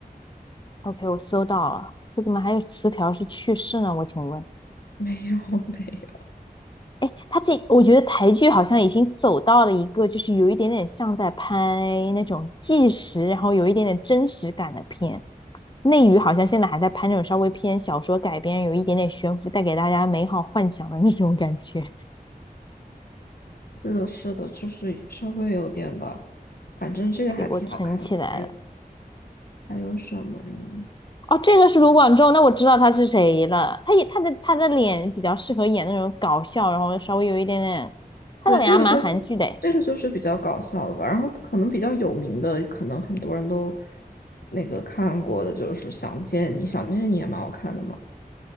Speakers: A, on the left; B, on the left.
A: OK，我搜到了，这怎么还有词条是去世呢？我请问，
B: 没有 <laughs> 没有，
A: 哎，他这我觉得台剧好像已经走到了一个，就是有一点点像在拍那种纪实，然后有一点点真实感的片。内娱好像现在还在拍那种稍微偏小说改编，有一点点悬浮，带给大家美好幻想的那种感觉。
B: 是的，是的，就是稍微有点吧，反正这个还挺好看的。
A: OK，我存起来了。
B: 还有还有什么呢？
A: 哦，这个是卢广仲，那我知道他是谁了。他也他的他的脸比较适合演那种搞笑，然后稍微有一点点，他的脸还蛮韩剧的诶。
B: 对，这个就是这个就是比较搞笑的吧，然后可能比较有名的，可能很多人都那个看过的，就是《想见你》，《想见你》也蛮好看的嘛。